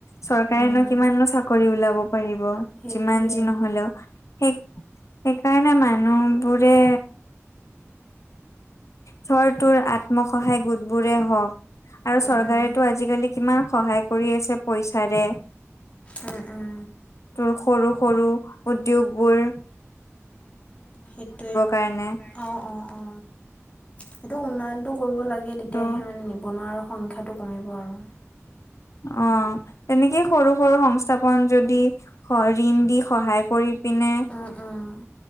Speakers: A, on the left; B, on the left.
A: চৰকাৰেনো
B: উম।
A: কিমাননো চাকৰি ওলাব পাৰিব
B: সেইটোৱে।
A: যিমান যি নহলেও, সেই সেইকাৰণে মানুহবোৰে। ধৰ তোৰ আত্মসহায় গোটবোৰে হওক,
B: উম
A: আৰু চৰকাৰেতো
B: উম
A: আজিকালি কিমান সহায় কৰি আছে। পইচাৰে।
B: উম উম
A: ত সৰু সৰু উদ্যয়গবোৰ।
B: সেইটোয়ে
A: কাৰণে
B: অ অ অ, সেইটো উন্নয়নতটো কৰিব লাগে তেতিয়াহে
A: ত'
B: মানে নিবনুৱাৰ সংখ্যাটো কমিব আৰু
A: অ তেনেকেই সৰু সৰু সংস্থাপন যদি। হয় ঋণ দি সহায় কৰি পিনে।
B: উম উম।